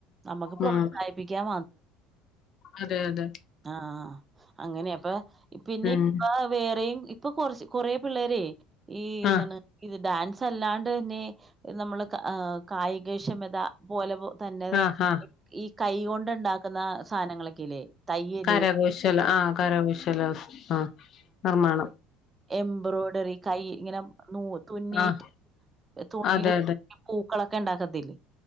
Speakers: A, on the right (about 25°); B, on the left (about 50°).
A: നമ്മക്ക് പ്രോത്സാഹിപ്പിക്കാൻ
B: ഉം അതെ അതെ
A: ആ അങ്ങനെ അപ്പൊ പിന്നെ
B: ഉം
A: ഇപ്പ വേറെയും ഇപ്പൊ കൊറച്ച് കൊറെ പിള്ളേരെ ഈ എന്താണ്
B: ആഹ്
A: ഇത് ഡാൻസ് തല്ലാണ്ട് തന്നെ നമ്മള് കായികക്ഷമത പോലെ തന്നത്
B: ആഹ് ആഹ്
A: ഈ കൈ കൊണ്ട് ഉണ്ടാക്കുന്ന സാധനങ്ങളൊക്കെല്ലേ? തയ്യല്
B: കരകൗശല ആ കരകൗശ <unintelligible> ആ നിർമാണം
A: എംബ്രോയ്ഡറി കൈ ഇങ്ങന നൂ തുന്നീറ്റ്.
B: ആഹ്
A: തുണീല്
B: അതെ
A: കുഞ്ഞ് പൂക്കളക് ഒക്കെ ഉണ്ടാക്കത്തില്ലേ?